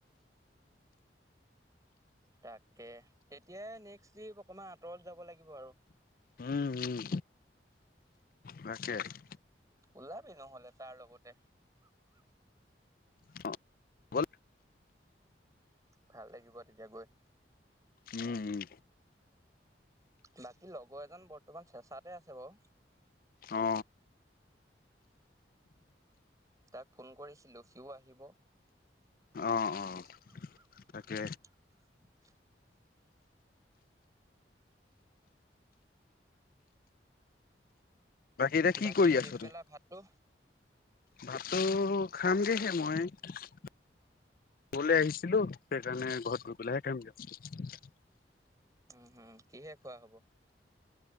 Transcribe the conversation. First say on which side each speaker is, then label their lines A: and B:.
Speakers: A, on the right; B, on the left.
A: তাকে তেতিয়া নেক্সট অকমান আঁতৰত যাব লাগিব আৰু
B: উম উম তাকে আৰু
A: ওলাবি নহ'লে <inaudible>
B: অ
A: ভাল লাগিব তেতিয়া গৈ।
B: উম উম
A: বাকী লগৰ এজন বৰ্তমান চেঁচাতে আছে বাৰু
B: অ
A: তাক ফোন কৰিছিলো সিও আহিব
B: অ', অ'।
A: <unintelligible>
B: তাকে
A: <inaudible>
B: এতিয়া কি
A: বাকী
B: কৰি
A: পিছবেলা
B: আছ তই?
A: ভাতটো।
B: ভাতটো খামগেহে মই কৰলৈ আহিছিলো সেইকাৰণে ঘৰত গৈ পেলাইহে খামগে।
A: উম হম কিহে খোৱা হব।